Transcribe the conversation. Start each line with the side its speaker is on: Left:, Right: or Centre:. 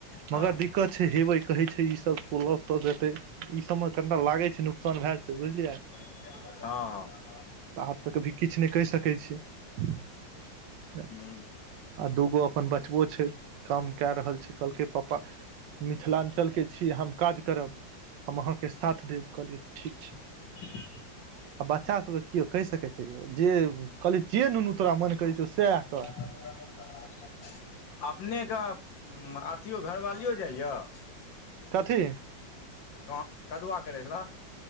Left: हँ
Right: मगर दिक्कत छै हेवै क, कहै छै ई सब सोलअ सौऽ जेतै। ई सब म ठंडा लागै छै नू साॅन भैऽ जेतै बुझलियै?
Left: हँ-हँ।
Right: तऽ आब तऽ कभी किछ नैय कैह सकै छीयै?
Left: ह
Right: आ दूगो अपन बचबो छै। काम कैऽ रहल छै, कहलकै पप्पा मिथिलांचल के छी, हम काज करब? हम अहाँके साथ देब, कहलियै ठीक छै।
Left: <unintelligible>
Right: आ बच्चा सबके कियो कैह सकै छै यौ? जे कहलियै जे नुनू तोरा मन करै छौ सैह कर।
Left: <inaudible> <inaudible> अपने के अथियो घरवालियो जाइ यऽ?
Right: कथी?
Left: क-कदुआ करै लैऽ?